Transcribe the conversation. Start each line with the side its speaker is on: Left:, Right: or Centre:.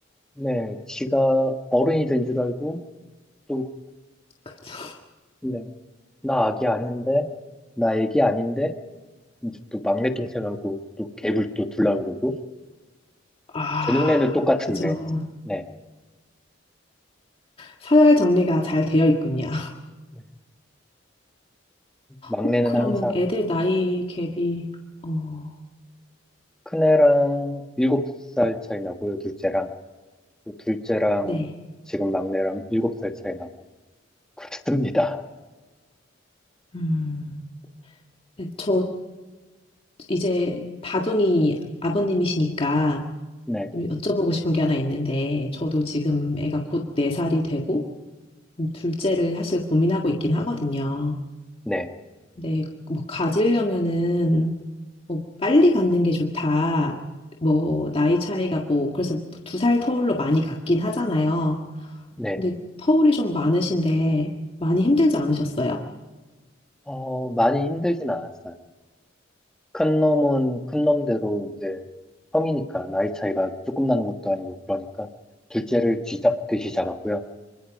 Centre: 네, 지가 어른이 된 줄 알고 또
Left: 그죠.
Centre: 네, 나 아기 아닌데 나 애기 아닌데 이제 또 막내 동생하고 또 갭을 또 둘라 그러고
Left: 아,
Centre: 제 눈에는 똑같은데
Left: 그죠.
Centre: 네,
Left: 서열 정리가 잘 되어 있군요.
Centre: 네. 막내는
Left: 어, 그러면
Centre: 항상
Left: 애들 나이 갭이, 어,
Centre: 큰애랑 일곱 살 차이 나고요, 둘째랑 또 둘째랑
Left: 네.
Centre: 지금 막내랑 일곱 살 차이 나고 <laughs> 그렇습니다.
Left: 음. 네, 저 이제 다둥이 아버님이시니까
Centre: 네,
Left: 좀 여쭤보고 싶은 게 하나 있는데, 저도 지금 애가 곧 네 살이 되고, 음, 둘째를 사실 고민하고 있긴 하거든요.
Centre: 네.
Left: 근데 뭐 가지려면은 뭐 빨리 갖는 게 좋다. 뭐 나이 차이가 뭐 그래서 두 살 터울로 많이 갖긴 하잖아요.
Centre: 네.
Left: 근데 터울이 좀 많으신데 많이 힘들지 않으셨어요?
Centre: 어, 많이 힘들진 않았어요. 큰 놈은 큰 놈대로 이제 형이니까 나이 차이가 조금 나는 것도 아니고 그러니까 둘째를 쥐잡듯이 잡았고요.